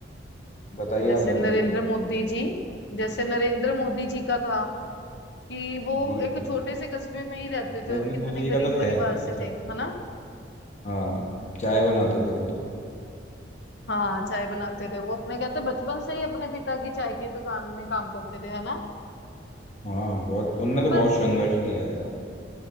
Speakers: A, on the left (about 40°); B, on the left (about 65°).
A: बताइए
B: जैसे
A: आप बताइए
B: नरेंद्र
A: पहले
B: मोदी जी जैसे नरेंद्र मोदी जी का था कि वो
A: जी
B: एक
A: जी
B: छोटे से कस्बे में ही रहते थे
A: मैंने
B: और
A: इनमें
B: कितने
A: मुझे का
B: गरीब
A: तो
B: परिवार
A: है
B: से
A: अच्छा
B: थे
A: अच्छा
B: है ना
A: हाँ चाय बनाते थे वो तो
B: हाँ चाय बनाते थे वो अपने कहते बचपन से ही अपने पिता की चाय की दुकान में काम करते थे है ना
A: हाँ बहुत उनने तो
B: पर
A: बहुत संघर्ष किया है यार